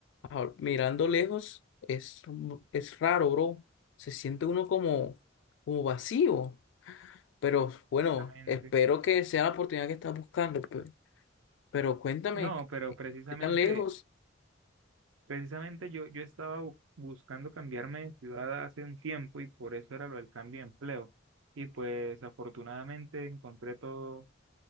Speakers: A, on the left; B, on the right.
A: a- mirando lejos, es, mu- es raro, bro. Se siente uno como, como vacío, pero bueno,
B: Precisamente.
A: espero que sea la oportunidad que estás buscando. pe- Pero cuéntame,
B: No,
A: ¿qué
B: pero precisamente,
A: qué tan lejos?
B: precisamente yo, yo estaba bu- buscando cambiarme de ciudad hace un tiempo y por eso era lo del cambio de empleo. Y pues afortunadamente encontré todo,